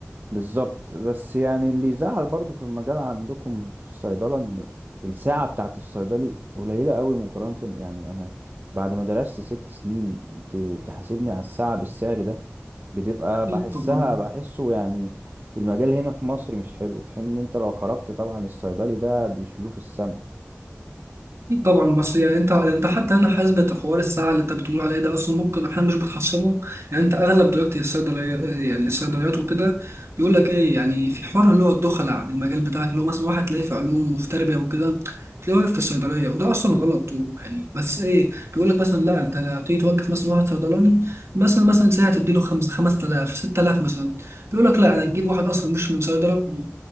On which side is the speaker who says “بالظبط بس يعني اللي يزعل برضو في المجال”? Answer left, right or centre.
Right